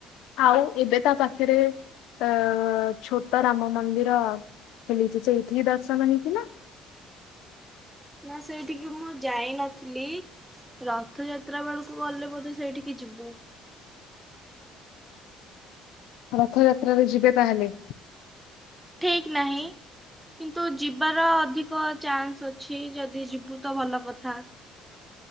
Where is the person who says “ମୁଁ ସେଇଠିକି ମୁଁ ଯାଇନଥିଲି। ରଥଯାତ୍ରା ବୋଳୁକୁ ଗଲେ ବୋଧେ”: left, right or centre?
Centre